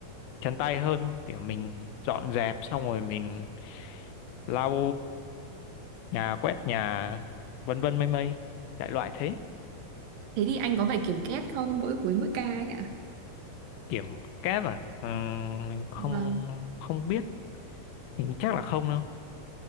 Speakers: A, on the left; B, on the right.
A: chân tay hơn, kiểu mình dọn dẹp xong rồi mình lau nhà quét nhà vân vân mây mây đại loại thế
B: Thế thì anh có phải kiểm kết không mỗi cuối mỗi ca ấy ạ?
A: kiểm kép à Ờ, mình không
B: Vâng,
A: không biết hình chắc là không đâu